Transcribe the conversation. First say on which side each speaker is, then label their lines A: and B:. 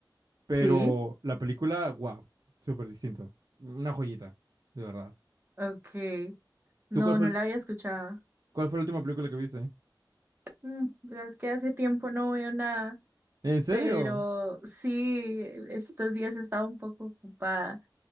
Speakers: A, on the right; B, on the right.
A: pero
B: Sí,
A: la película, wow, súper distinto. Una joyita, de verdad.
B: ok. No,
A: ¿Tú cuál fue
B: no
A: el-
B: la había escuchado.
A: cuál fue la última película que viste?
B: Mm, la verdad es que hace tiempo no veo nada.
A: ¿En serio?
B: pero sí, estos días he estado un poco ocupada,